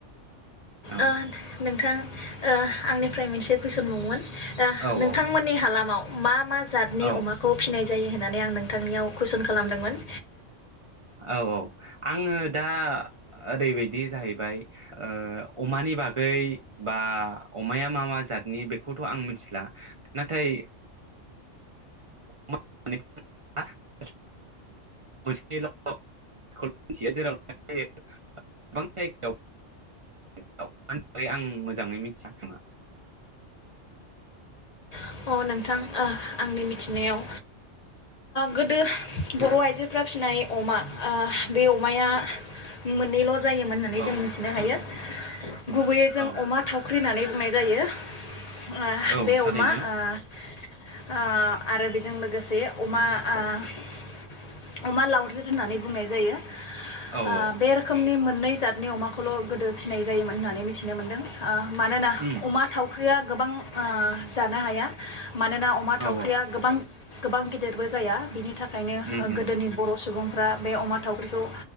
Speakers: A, on the right (about 50°); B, on the left (about 45°).
A: औ
B: ओ नोंथां ओ आंनिफ्राय मोनसे कुइसन बावमोन? ओ
A: औ
B: नोंथांमोननि
A: औ
B: हालामाव मा मा जादनि
A: औ
B: अमाखौ फिनाय जायो होननानै आं नोंथांनियाव कुइसन खालामदोंमोन।
A: औ औ आङो दा ओरैबायदि जाहैबाय ओ अमानि बागै बा अमाया मा मा जादनि बेखौथ' आं मिथिला नाथाय <unintelligible> जेराव गोबां जायगायाव थाखाय आं मोजाङै मिथिया खोमा।
B: अ नोंथां ओ आंनि मिथिनायाव गोदो बर' आइजोफ्रा फिनाय अमा बे ओ अमाया मोननैल' जायोमोन होन्नानै
A: औ
B: जों मिथिनो हायो। <inaudible> गुबैयै जों
A: औ
B: अमा थावख्रिहोननानै बुंनाय जायो। ओ
A: औ औ
B: बे
A: थारैनो
B: अमा ओ ओ आरो बेजों लोगोसे अमा ओ अमा लाउराथ होननानै बुंनाय जायो। ओ
A: औ औ
B: बे रोखोमनि मोन नै जादनि अमाखौल' गोदो फिसिनाय जायोमोन होननानै मिथिनो मोनदों ओ मानोना
A: उम
B: अमा थावख्रिया गोबां ओ जानो हाया मानोना अमा थावख्रिया
A: औ औ
B: गोबां गोबां गेदिरबो जाया बिनि थाखायनो
A: उम
B: गोदोनि
A: उम
B: बर' सुबुंफ्रा बे अमा थावख्रिखौ